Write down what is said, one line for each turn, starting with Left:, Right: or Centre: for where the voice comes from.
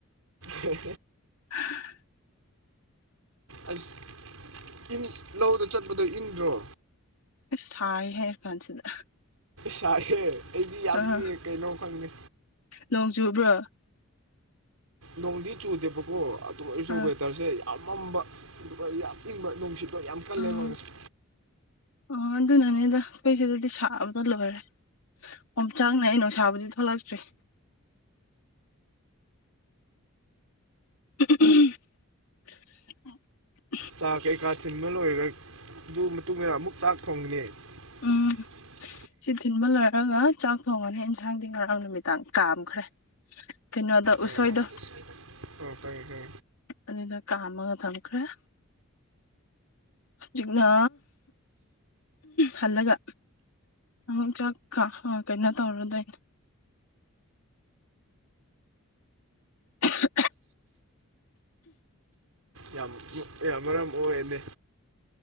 Right: ꯍꯦ ꯍꯦ
Left: <unintelligible>
Right: ꯑꯩꯁ ꯏꯪ ꯂꯧꯗ ꯆꯠꯄꯗꯣ ꯏꯪꯗ꯭ꯔꯣ
Left: ꯑꯩꯁ ꯁꯥꯏ ꯍꯥꯏꯔ ꯀꯥꯟꯁꯤꯗ
Right: ꯁꯥꯏꯍꯦ ꯑꯩꯗꯤ ꯌꯥꯝ
Left: ꯑꯥ
Right: ꯏꯪꯉꯦ ꯀꯩꯅꯣ ꯈꯪꯗꯦ
Left: ꯅꯣꯡ ꯆꯨꯕ꯭ꯔꯣ
Right: ꯅꯣꯡꯗꯤ ꯆꯨꯗꯦꯕꯀꯣ ꯑꯗꯨ ꯑꯩꯁꯨ
Left: ꯑꯥ
Right: ꯋꯦꯗꯔꯁꯦ ꯑꯃꯝꯕ ꯌꯥꯝ ꯏꯪꯕ ꯅꯨꯡꯁꯤꯠꯇꯣ ꯌꯥꯝ ꯀꯜꯂꯦꯕ
Left: ꯑꯥ
Right: ꯉꯁꯤ
Left: ꯑꯣ ꯑꯗꯨꯅꯅꯤꯗ ꯑꯩꯀꫭꯏꯁꯤꯗꯗꯤ ꯁꯥꯕꯗ ꯂꯣꯏꯔꯦ ꯑꯣꯝꯆꯥꯛꯅꯩ ꯅꯨꯡꯁꯥꯕꯨꯗꯤ ꯊꯣꯛꯂꯛꯇ꯭ꯔꯤ <unintelligible>
Right: ꯆꯥ ꯀꯩꯀꯥ ꯊꯤꯟꯕ ꯂꯣꯏꯔꯒ ꯑꯗꯨ ꯃꯇꯨꯡꯗ ꯑꯃꯨꯛ ꯆꯥꯛ ꯊꯣꯡꯒꯅꯤ <inaudible>
Left: ꯎꯝ ꯁꯤ ꯊꯤꯟꯕ ꯂꯣꯏꯔꯒ ꯆꯥꯛ ꯊꯣꯡꯉꯅꯤ ꯏꯟꯁꯥꯡꯗꯤ ꯉꯔꯥꯡ ꯅꯨꯃꯤꯗꯥꯡ ꯀꯥꯝꯈ꯭ꯔꯦ ꯀꯩꯅꯣꯗꯨ
Right: ꯑꯣ
Left: ꯎꯁꯣꯏꯗꯨ
Right: ꯑꯣ ꯈꯪꯉꯦ ꯈꯪꯉꯦ
Left: ꯑꯗꯨꯗꫭ ꯀꯥꯝꯃꯒ ꯊꯝꯈꯔ‌ꯦ ꯍꯧꯖꯤꯛꯅ ꯍꯜꯂꯒ ꯑꯃꯨꯛ ꯆꯥꯛꯀ ꯀꯩꯅꯣ ꯇꯧꯔꯨꯗꯣꯏꯅꯦ ꯎꯝ
Right: ꯌꯥꯝ ꯌꯥꯝ ꯃꯔꯝ ꯃꯣꯛꯑꯦꯅꯦ